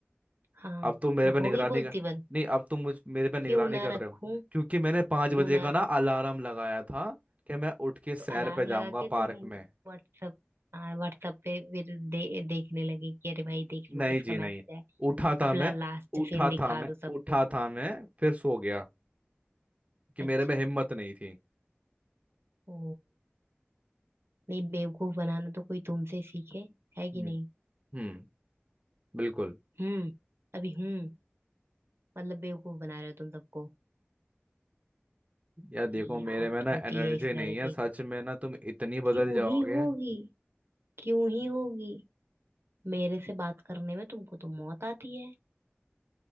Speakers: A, on the right; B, on the right.
A: हाँ
B: अब तुम मेरे पे निगरानी
A: हो गई बोलती
B: कर
A: बंद
B: नहीं अब तुम मुझ मेरे पे निगरानी
A: क्यों ना
B: कर
A: रखूं
B: रहे हो क्योंकि मैंने पाँच
A: क्यों
B: बजे
A: ना
B: का ना अलार्म लगाया था कि मैं उठ के सैर
A: तो अलार्म
B: पे जाऊंगा
A: लगा के तुम
B: पार्क में
A: व्हाट्सअप व्हाट्सअप पे फिर दे, देखने लगे कि अरे भाई देख लूं
B: नहीं
A: किसका
B: जी
A: मैसेज
B: नहीं
A: है
B: उठा था
A: अपना
B: मैं
A: लास्ट
B: उठा
A: सीन दिखा
B: था मैं
A: दो सबको
B: उठा था मैं फिर सो गया कि मेरे
A: अच्छा
B: में हिम्मत नहीं थी
A: ओ नहीं बेवकूफ बनाना तो कोई तुमसे सीखे है कि
B: हम्म
A: नहीं
B: हम्म बिल्कुल
A: हम्म अभी हम्म मतलब बेवकूफ बना रहे हो तुम सबको
B: यार
A: भाई
B: देखो मेरे
A: हद
B: में ना
A: होती
B: एनर्जी
A: है इस
B: नहीं
A: लड़के
B: है सच
A: की
B: में ना तुम इतनी बदल
A: क्यों
B: जाओगे
A: ही होगी क्यों ही होगी मेरे से बात करने में तुमको तो मौत आती है